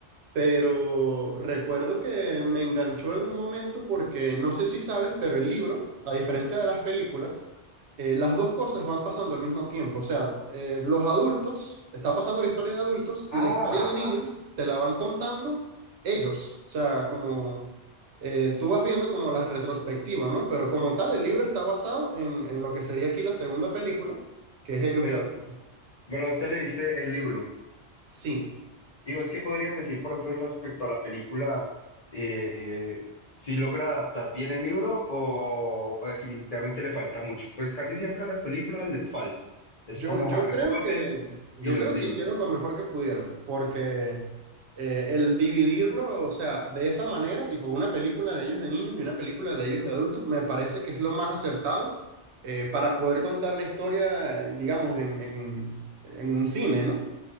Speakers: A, on the right; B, on the left.
A: pero recuerdo que me enganchó en un momento porque no sé si sabes, pero el libro, a diferencia de las películas, eh, las dos cosas van pasando al mismo tiempo. O sea, eh, los adultos, está pasando la historia de adultos y
B: Ah,
A: la historia de niños te la van contando ellos. O sea, como eh, tú vas viendo como las retrospectivas, ¿no? Pero como tal, el libro está basado en, en lo que sería aquí la segunda película, que es ellos
B: pero,
A: de adultos.
B: pero usted leíste el libro.
A: Sí.
B: Digo, es que podrías decir, por ejemplo, respecto a la película, eh, si logra adaptar bien el libro o, o definitivamente le falta mucho. Pues casi siempre a las películas les falta. Es
A: Yo,
B: como
A: yo
B: Harry
A: creo
B: Potter
A: que, yo
B: y los
A: creo
B: libros.
A: que hicieron lo mejor que pudieron, porque eh, el dividirlo, o sea, de esa manera, tipo una película de ellos de niños y una película de ellos de adultos, me parece que es lo más acertado eh, para poder contar la historia, eh, digamos, en, en, en un cine, ¿no?